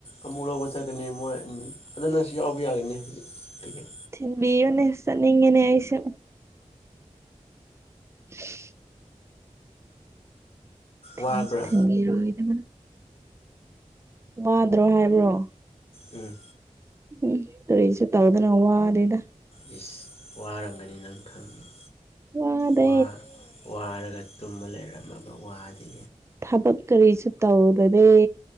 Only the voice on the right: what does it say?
ꯊꯤꯟ ꯕꯤ ꯌꯣꯅꯦ ꯆꯠꯅꯤꯡꯉꯦꯅꯦ ꯑꯩꯁꯨ <unintelligible> ꯊꯤꯟꯁꯤ
ꯊꯤꯟꯕꯤꯔꯗ ꯋꯥꯗ꯭ꯔꯣ ꯍꯥꯏꯕ꯭ꯔꯣ
ꯎꯝ ꯀꯔꯤꯁꯨ ꯇꯧꯗꯅ ꯋꯥꯗꯦꯗ
ꯋꯥꯗꯦ
ꯊꯕꯛ ꯀꯔꯤꯁꯨ ꯇꯧꯗꯅꯦ